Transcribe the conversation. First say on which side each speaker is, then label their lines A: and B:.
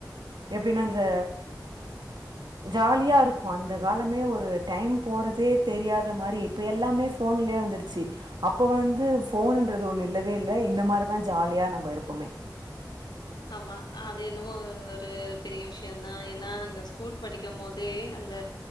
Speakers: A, on the right (about 75°); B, on the left (about 80°).
A: எப்டின்னா இந்த ஜாலியா இருக்கு அந்த காலமே ஒரு டைம் போறதே தெரியாத மாரி இப்ப எல்லாமே ஃப் ஃபோன்லயே வந்துருச்சி அப்போ வந்து ஃபோனுன்றது ஒண்ணு இல்லவே இல்ல இந்த மார் தா ஜாலியா நம்ப இருப்போமே
B: அமா அது என்னமோ ஒரு பெரிய விஷந்தா ஏன்னா அந்த ஸ் ஸ்கூல் படிக்கும் போதே அந்த